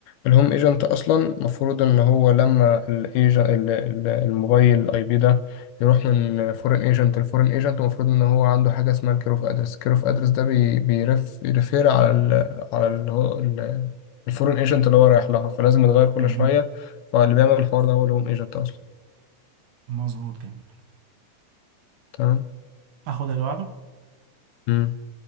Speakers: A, on the left; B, on the right.
A: الهوم ايجنت اصلا المفروض ان هو لما الايجنت الموبايل اي بي ده يروح من فورين ايجنت لفورين ايجنت المفروض ان هو عنده حاجه اسمها الكير اوف ادرس الكير اوف ادرس ده بي- بيرف يرفير على ال على ال هو ال- الفورين ايجنت اللي هو رايح لها فلازم يتغير كل
B: مهم.
A: شويه فاللي بيعمل الحوار ده هو الهوم ايجنت اصلا
B: مظبوط جميل
A: تمام
B: اخد اللي بعده
A: مم.